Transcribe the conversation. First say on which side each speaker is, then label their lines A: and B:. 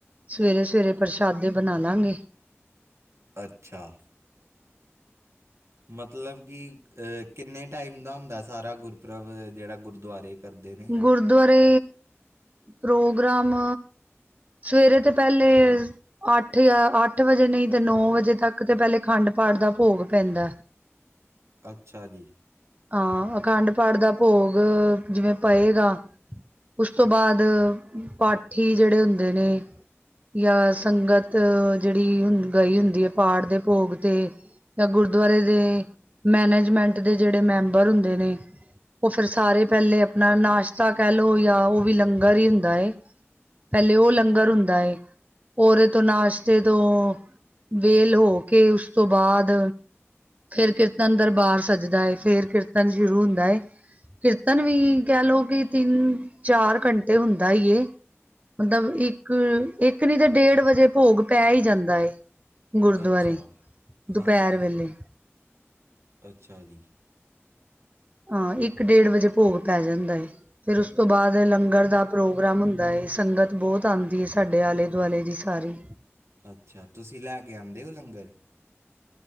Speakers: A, on the right; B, on the right.
A: ਸਵੇਰੇ ਸਵੇਰੇ ਪ੍ਰਸ਼ਾਦੇ ਬਣਾ ਲਾਂਗੇ
B: ਅੱਛਾ ਮਤਲਬ ਕਿ ਕਿੰਨੇ ਟਾਈਮ ਦਾ ਹੁੰਦਾ ਸਾਰਾ ਗੁਰਪ੍ਰਬ ਜਿਹੜਾ ਗੁਰਦੁਆਰੇ ਕਰਦੇ ਨੇ
A: ਗੁਰਦੁਆਰੇ ਪ੍ਰੋਗਰਾਮ ਸਵੇਰੇ ਤੇ ਪਹਿਲੇ ਅੱਠ ਜਾਂ ਅੱਠ ਵਜੇ ਨਹੀਂ ਤੇ ਨੌ ਵਜੇ ਤੱਕ ਤੇ ਪਹਿਲੇ ਖੰਡ ਪਾਠ ਦਾ ਭੋਗ ਪੈਂਦਾ
B: ਅੱਛਾ ਜੀ
A: ਹਾਂ ਅਖੰਡ ਪਾਠ ਦਾ ਭੋਗ ਜਿਵੇਂ ਪਏਗਾ। ਉਸ ਤੋਂ ਬਾਅਦ ਪਾਠੀ ਜਿਹੜੇ ਹੁੰਦੇ ਨੇ। ਜਾਂ ਸੰਗਤ ਜਿਹੜੀ ਹੁੰਦੀ ਗਈ ਹੁੰਦੀ ਹੈ ਪਾਠ ਦੇ ਭੋਗ ਤੇ ਤਾਂ ਗੁਰਦੁਆਰੇ ਦੇ ਮੈਨੇਜਮੈਂਟ ਦੇ ਜਿਹੜੇ ਮੈਂਬਰ ਹੁੰਦੇ ਨੇ ਉਹ ਫ਼ਿਰ ਸਾਰੇ ਪਹਿਲੇ ਆਪਣਾ ਨਾਸ਼ਤਾ ਕਹਿ ਲਓ ਜਾਂ ਉਹ ਵੀ ਲੰਗਰ ਹੀ ਹੁੰਦਾ ਪਹਿਲੇ ਉਹ ਲੰਗਰ ਹੁੰਦਾ ਰੇ ਤੋਂ ਨਾਸ਼ਤੇ ਤੋਂ ਵੇਹਲ ਹੋ ਕੇ ਉਸ ਤੋਂ ਬਾਅਦ ਫਿਰ ਕੀਰਤਨ ਦਰਬਾਰ ਸੱਜਦਾ ਹੈ ਫੇਰ ਕੀਰਤਨ ਸ਼ੁਰੂ ਹੁੰਦਾ ਕੀਰਤਨ ਵੀ ਕਹਿ ਲੋਓ ਕਿ ਤਿੰਨ ਚਾਰ ਘੰਟੇ ਹੁੰਦਾ ਏ ਮਤਲਬ ਇੱਕ ਇੱਕ ਨੀ ਤਾਂ ਡੇਢ ਵਜੇ ਭੋਗ ਪੈ ਹੀ ਜਾਂਦਾ ਏ ਗੁਰਦੁਆਰੇ
B: ਅੱਛਾ ਹਾਂਜੀ।
A: ਦੁਪਹਿਰ ਵੇਲੇ
B: ਅੱਛਾ ਜੀ
A: ਹਾਂ ਇੱਕ ਡੇਢ ਵਜੇ ਭੋਗ ਪੈ ਜਾਂਦਾ ਹੈ ਫਿਰ ਉਸ ਤੋਂ ਬਾਅਦ ਲੰਗਰ ਦਾ ਪ੍ਰੋਗਰਾਮ ਹੁੰਦਾ ਹੈ ਸੰਗਤ ਬਹੁਤ ਆਉਂਦੀ ਹੈ ਸਾਡੇ ਆਲੇ ਦੁਆਲੇ ਦੀ ਸਾਰੀ
B: ਅੱਛਾ ਤੁਸੀਂ ਲੈ ਕੇ ਆਉਂਦੇ ਹੋ ਲੰਗਰ